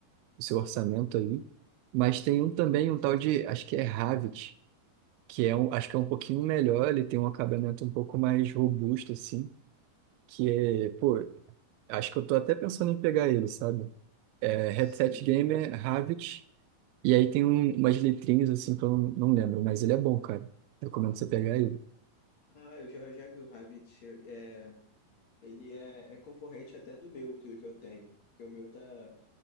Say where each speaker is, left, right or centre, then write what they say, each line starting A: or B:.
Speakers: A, on the right (about 85°); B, on the left (about 50°).
A: o seu orçamento aí, mas tem um também, um tal de, acho que é Havit, que é um, acho que é um pouquinho melhor, ele tem um acabamento um pouco mais robusto assim, que é, pô, acho que eu tô até pensando em pegar ele, sabe? É,
B: Sim.
A: headset gamer Havit E aí tem um- umas letrinhas assim que eu não, não lembro, mas ele é bom, cara. Recomendo
B: Ah,
A: você pegar ele.
B: ah, eu já, eu já vi o Rabbit. É, ele é, é concorrente até do meu, do que eu tenho. Porque o meu tá.